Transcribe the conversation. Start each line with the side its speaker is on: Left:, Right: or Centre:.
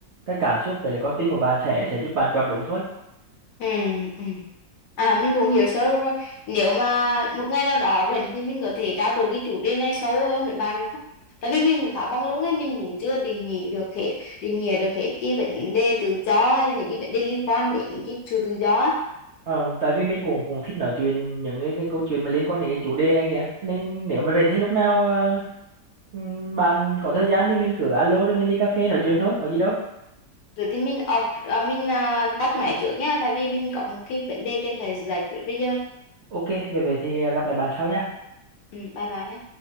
Right: cái cảm xúc với lại con tim của bạn sẽ sẽ giúp bạn chọn đúng thôi
Left: ừ ừ à mình cũng hiểu sơ rồi nếu mà một ngày nào đó rảnh thì mình có thể trao đổi cái chủ đề này sâu hơn với bạn được không tại vì mình cũng khá mong lúc ấy mình cũng chưa định nghĩa được hết định nghĩa được hết cái vấn đề tự do hay là những cái vấn đề liên quan đến cái sự tự do á.
Right: ờ, tại vì mình cũng cũng thích nói chuyện những cái, cái câu chuyện mà liên quan đến cái chủ đề này kìa Cho nên nếu mà rảnh thì lúc nào ờ, ừm, bạn có thời gian thì mình cứ alo rồi mình đi cà phê nói chuyện thôi có gì đâu
Left: rồi thì mình off, à, mình à, tắt máy trước nha tại vì mình có một cái vấn đề cần phải giải quyết bây giờ
Right: ok
Left: Ok.
Right: về về thì gặp lại bạn sau nha
Left: ừ, bye bye nhé